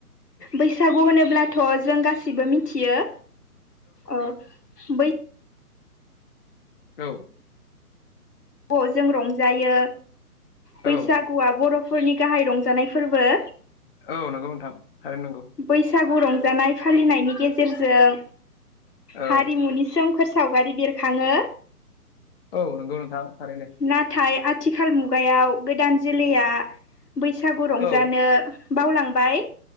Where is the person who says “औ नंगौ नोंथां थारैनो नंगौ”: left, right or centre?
Left